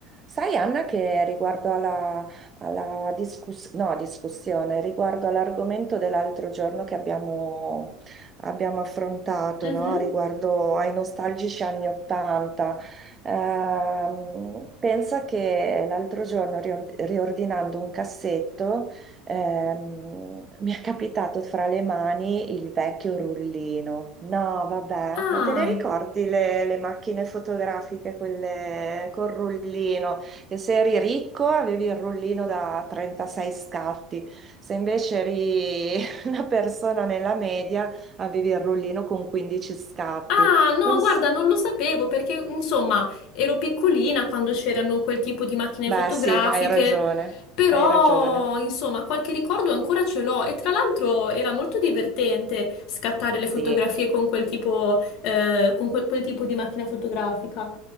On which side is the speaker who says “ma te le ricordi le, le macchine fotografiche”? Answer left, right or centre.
Right